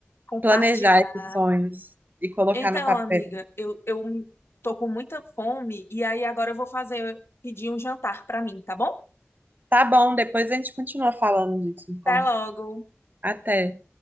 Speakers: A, on the left (about 65°); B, on the right (about 45°).
A: Compartilhar.
B: planejar esses sonhos e colocar
A: Então,
B: no papel.
A: amiga, eu, eu tô com muita fome e aí agora eu vou fazer, pedir um jantar pra mim, tá bom?
B: Tá bom, depois a gente continua falando disso, então.
A: Até logo.
B: Até.